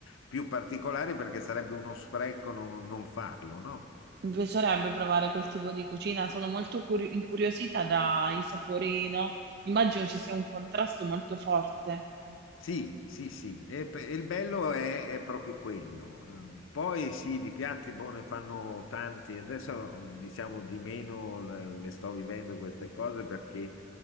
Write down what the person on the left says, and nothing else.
più particolari perché sarebbe uno spreco non, non farlo, no?
Sì, sì, sì, e, pe- e il bello è, è proprio quello. Eh, Poi sì, di piatti buoni ne fanno tanti, adesso mhmm, diciamo di meno le, le sto vivendo queste cose perché